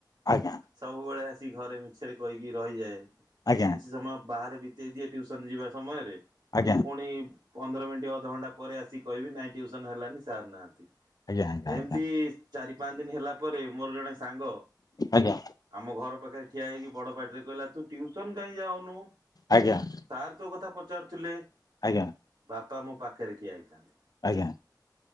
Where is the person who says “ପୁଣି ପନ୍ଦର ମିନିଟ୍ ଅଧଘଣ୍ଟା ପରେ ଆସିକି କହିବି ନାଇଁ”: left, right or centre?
Right